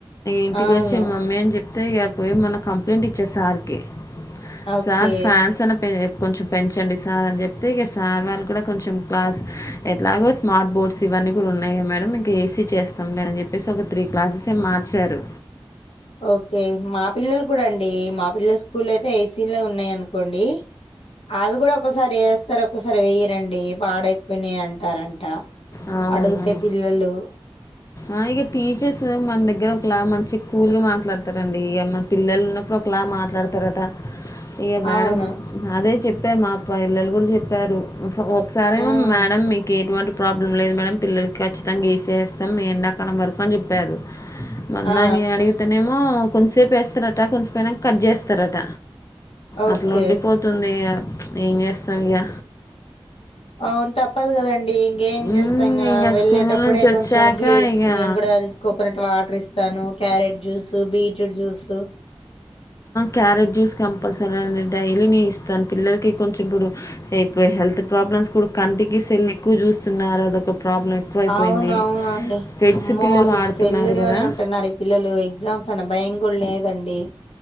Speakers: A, on the left; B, on the left.
A: ఇంటికి
B: అవును
A: వచ్చి మమ్మీ అని చెప్ప అత్త కాకపోయి మొకు కంప్లైంట్ ఇచ్చే సార్కి
B: ఓకే
A: సార్ ఫ్యాన్స్ అనే పె కొంచెం పెంచండి సార్ అని చెప్తే, ఇక సార్ వాళ్ళు కూడా కొంచెం క్లాస్ ఇలాగా స్మార్ట్ బోర్డ్స్ ఇవన్నీ కూడా ఉన్నాయియా మేడమ్. ఇంక ఏసీ చేస్తాం లే అని చెప్పేసి ఒక త్రీ క్లాసెస్ ఏ వచ్చారు
B: ఓకే మా పిల్లలు కూడా అండి మా పిల్లల స్కూల్ అయితే ఏసీలో ఉన్నాయ. కోండి అవి కూడా ఒక్కసారి వేస్తారు ఒక్కసారి వేయరండి. పాడైపోయినాయి అంటారంట.
A: అ అవునం
B: అడిగితే పిల్లలు
A: ఆ ఇక టీచర్స్ మన దగ్గర ఒకలా, మంచి కూలగా మాట్లాడుత. అవును రండి పిల్లలు ఉన్నప్పుడు ఒకలా మాట్లాడుకు. చెతారట ఇక మేడం
B: అవును
A: అదే చెప్పి చెప్పారు మా అప్ప ఇల్లలు కూడా చెప్పారు. ఒకసారేమో
B: ఉమ్,
A: మేడం మీకు ఎటువంటి ప్రాబ్లం లేదు మేడం పిల్లలకి ఖచ్చితంగా ఏసి వేస్తాం. ఎండాకాలం వరకు అని చెప్పారు. మన్నా
B: ఆ
A: నేను అడిగుతున్నేమో. కొద్దిసేపు వేస్తారట, కొనిసపోయినా కట్ చేస్తారట.
B: ఓకే
A: అట్లా ఉండిపోతుంది ఇగ ఏం చేస్తాం ఇగా
B: అవును తప్పదు కదండి. ఎం
A: ఉమ్,
B: చేస్తా ఇంకా
A: ఇక
B: వెళ్ళేటప్పుడే
A: స్కూల్ నుంచి వచ్చాక
B: కొంచెం గక్
A: ఇక
B: నేను కూడా కోకోనట్ వాటర్ ఇస్తాను. Carrot juice, beetroot juice
A: carrot juice compulsory అండి డైలీ నేను ఇస్తాను. పిల్లలకి కొంచెం ఇప్పుడు ఇప్పుడు హెల్త్ ప్రాబ్లమ్స్ కూడా కంటికి సెల్ ఎక్కువ చూస్తున్నారు. అదొక ప్రాబ్లం ఎక్కువైపోయింది.
B: అవున అవునండి
A: స్పెడ్స్
B: అమ్మో
A: పిల్లలు
B: అసలు
A: వాడుతున్నారు
B: సెల్లులోనే
A: కదా!
B: ఉంటున్నారు. ఈ పిల్లలు ఎగ్జామ్స్ అన్న భయ కూడా లే దండి